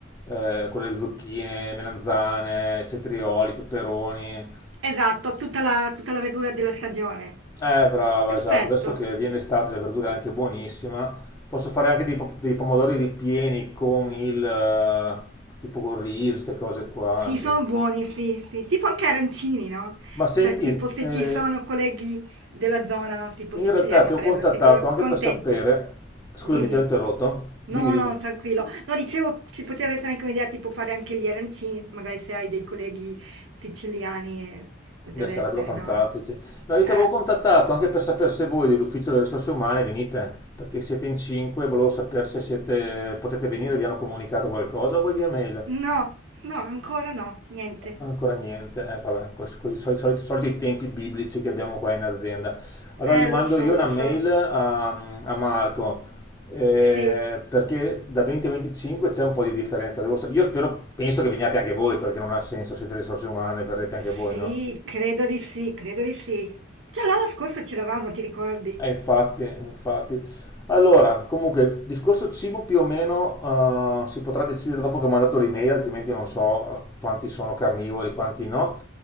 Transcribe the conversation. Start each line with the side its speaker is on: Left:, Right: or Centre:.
Left: eh, con le zucchine, melanzane, cetrioli, peperoni.
Right: Esatto, tutta la, tutta la verdura della stagione.
Left: Eh, brava,
Right: Perfetto.
Left: esatto. Adesso che viene l'estate, la verdura è anche buonissima. Posso fare anche dei, po- dei pomodori ripieni con il eh, tipo con riso, queste cose qua.
Right: Sì, sono buoni, sì, sì, tipo anche arancini, no?
Left: Ma senti,
Right: Cioè, tipo se
Left: eh,
Right: ci sono colleghi della zona, no? Tipo
Left: in
Right: siciliani
Left: realtà ti
Right: sarebbero
Left: ho contattato
Right: sicuro
Left: anche
Right: contenti.
Left: per sapere. Scusami,
Right: Dimmi.
Left: ti ho interrotto. Dimmi,
Right: No,
Left: dimmi.
Right: no, tranquillo. No, dicevo, ci poteva essere anche un'idea tipo fare anche gli arancini, magari se hai dei colleghi siciliani, eh, poteva
Left: Beh, sarebbero
Right: essere,
Left: fantastici.
Right: no?
Left: No, io
Right: Eh.
Left: ti avevo contattato anche per sapere se voi dell'Ufficio delle Risorse Umane venite, perché siete in cinque, volevo sapere se siete, potete venire, vi hanno comunicato qualcosa, voi via mail.
Right: No, no, ancora no, niente.
Left: Ancora niente, eh, vabbè, con i soliti, soliti tempi biblici che abbiamo qua in azienda. Allora
Right: Eh,
Left: gli mando
Right: lo so,
Left: io
Right: lo
Left: una mail
Right: so.
Left: a, a Marco, eh,
Right: Sì.
Left: perché da 20 a 25 c'è un po' di differenza. Devo sa- io spero, penso che veniate anche voi, perché non ha senso, siete risorse umane, verrete
Right: Sì,
Left: anche voi, no?
Right: credo di sì, credo di sì. Già l'anno scorso c'eravamo, ti ricordi?
Left: Eh, infatti, infatti. Allora, comunque, il discorso cibo più o meno eh, si potrà decidere dopo che ho mandato l'email, altrimenti non so eh, quanti sono carnivori, quanti no.